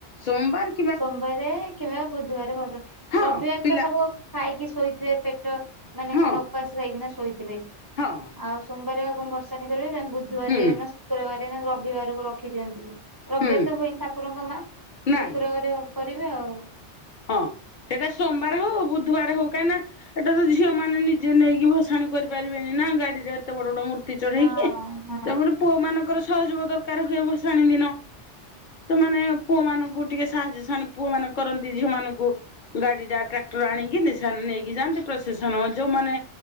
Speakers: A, on the left; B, on the right.
A: ସୋମ୍ୱାର
B: ସୋମବାରେ କିମ୍ବା ବୁଧବାରେ ଭସାଣି
A: ହଁ
B: ରବିବାରେ
A: ପିଲା
B: ତ ସବୁ ଖାଇକି ଶୋଇଥିବେ ପେଟ ମାନେ
A: ହଁ
B: କଣ ଉପାସ ହେଇକିଣା ଶୋଇଥିବେ।
A: ହଁ।
B: ଆଉ ସୋମବାର ଆଉ କଣ ଭସାଣି କରିବେ ବୁଧବାରେ
A: ହୁଁ
B: ନା ଶୁକ୍ରବାର ନା ରବିବାରକୁ ରଖି ଦିଅନ୍ତି ବି। ରବିବାରେ
A: ହୁଁ
B: ତ ହୁଏନି ଠାକୁରଙ୍କ ମା
A: ନାଇଁ।
B: କରିବେ ଆଉ କରିବେ ଆଉ।
A: ହଁ ସେଟା ସୋମବାରେ ହଉ ବୁଧବାରେ ହଉ କାହିଁ ନା ଏଟା ତ ଝିଅ ମାନେ ନିଜେ ନେଇକି ଭସାଣି କରିପାରିବେନି ନା ଗାଡିରେ ଏତେ ବଡ ବଡ ମୂର୍ତ୍ତି ଚଢେଇକି
B: ହଁ
A: ତେଣୁ
B: ହଁ
A: କରି ପୁଅ ମାନଙ୍କର ସହଯୋଗ ଦରକାର ହୁଏ ଭସାଣୀ ଦିନ। ସେମାନେ ପୁଅ ମାନଙ୍କୁ ଟିକେ ସାହାଯ୍ୟ ସାନ ପୁଅ ମାନେ କରନ୍ତି ଝିଅ ମାନଙ୍କୁ। ଗାଡି ଟା ଟ୍ରାକ୍ଟର ଆଣିକି ନିସା ନେଇକି ଯାଆନ୍ତି ପ୍ରଶେସନ ଯୋଉମାନେ